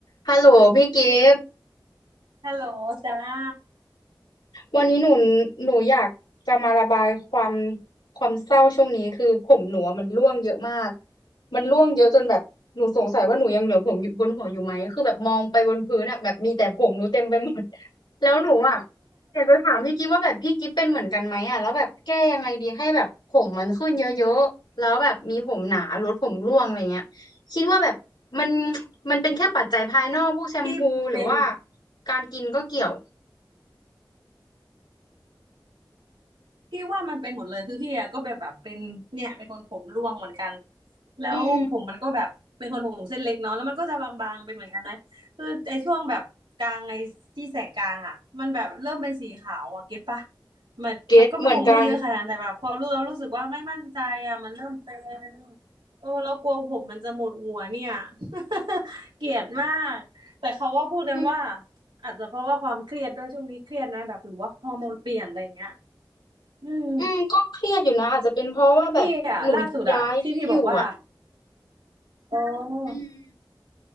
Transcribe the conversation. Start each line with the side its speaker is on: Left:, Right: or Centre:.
Left: ฮัลโหลพี่กิฟต์
Right: ฮัลโหลซาร่า
Left: วันนี้หนูหนูอยากจะมาระบายความความเศร้าช่วงนี้คือผมหนูอะมันร่วงเยอะมากมันร่วงเยอะจนแบบหนูสงสัยว่าหนูยังเหลือผมอยู่บนหัวอยู่ไหมคือแบบมองไปบนพื้นอ่ะแบบมีแต่ผมหนูเต็มไปหมด <laughs> แล้วหนูอ่ะอยากจะถามพี่กิฟต์ว่าแบบพี่กิฟต์เป็นเหมือนกันไหมอ่ะแล้วแบบแก้ยังไงดีให้แบบผมมันขึ้นเยอะๆแล้วแบบมีผมหนาลดผมร่วงอะไรเงี้ยคิดว่าแบบมันมันเป็นแค่ปัจจัยภายนอกพวกแชมพูหรือว่า
Right: ที่เป็น
Left: การกินก็เกี่ยว
Right: พี่ว่ามันเป็นหมดเลยคือพี่อะก็แบบแบบเป็นเนี่ยเป็นคนผมร่วงเหมือนกันแล้วผมมันก็แบบเป็นคนผมเส้นเล็กเนาะแล้วมันก็จะบางๆไปเหมือนกันนะคือไอ้ช่วงแบบกลางไอ้ที่แสกกลางอะมันแบบเริ่มเป็นสีขาวอะเก็ตปะ
Left: อืม
Right: มันมันก็ไม่คงไม่เยอะขนาดนั้นแต่แบบพอรู้เรารู้สึกว่าไม่มั่นใจอะมันเริ่มเป็น
Left: เก็ตเหมือนกัน
Right: เออเรากลัวผมมันจะหมดหัวเนี่ย <laughs> เกลียดมากแต่เขาว่าพูดกันว่า
Left: อืม
Right: อาจจะเพราะว่าความเครียดด้วยช่วงนี้เครียดนะแบบหรือว่าฮอร์โมนเปลี่ยนอะไรอย่างเงี้ยอืม
Left: อืมก็เครียดอยู่นะอาจจะเป็นเพราะว่าแบบหนูย้ายที่อยู่อ่ะ
Right: พี่อ่ะล่าสุดอะที่พี่บอกว่าอ๋อ
Left: อืม